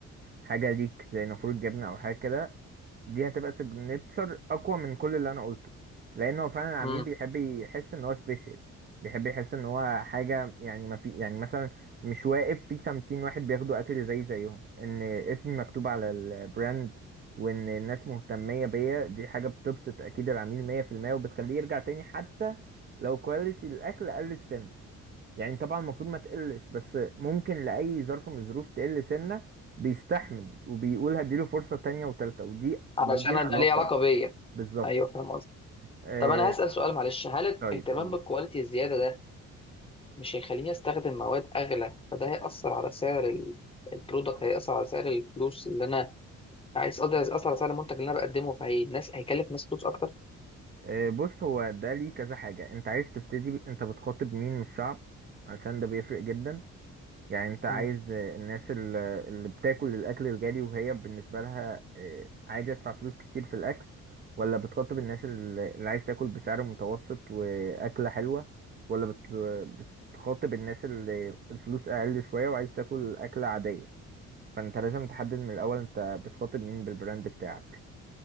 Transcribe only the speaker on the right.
حاجة ليك زي نافورة جبنة أو حاجة كده دي هتبقى سيجنتشر اقوى من كل اللي انا قلته لان هو فعلا العميل
بيحب يحس ان هو سبيشال بيحب يحس ان هو حاجه يعني ما في يعني مثلا مش واقف في 50 واحد بياخدوا اكل زي زيهم ان اسمي مكتوب على البراند وان الناس مهتميه بيا دي حاجه بتبسط اكيد العميل 100% وبتخليه يرجع تاني حتى لو كواليتي الاكل قلت سنه يعني طبعا المفروض ما تقلش بس ممكن لأي ظرف من الظروف تقل سنة بيستحمل وبيقول هديله فرصة تانية وتالتة ودي
ودي العلاقة
بالظبط
آه
طيب قول.
آه بص هو ده ليه كذا حاجة انت عايز تبتدي ب... انت بتخاطب مين من الشعب علشان ده بيفرق جدا يعني انت عايز
آه، الناس ال- اللي بتاكل الاكل الغالي وهي بالنسبه لها آه، عادي تدفع فلوس كتير في الاكل ولا بتخاطب الناس اللي اللي عايز تاكل بسعر متوسط واكله حلوه ولا بت- بتخاطب الناس اللي الفلوس اقل شويه وعايز تاكل اكله عاديه فانت لازم تحدد من الاول انت بتخاطب مين بالبراند بتاعك